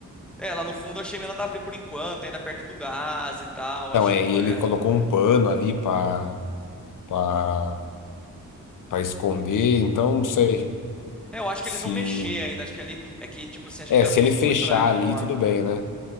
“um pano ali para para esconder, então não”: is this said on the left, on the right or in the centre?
Left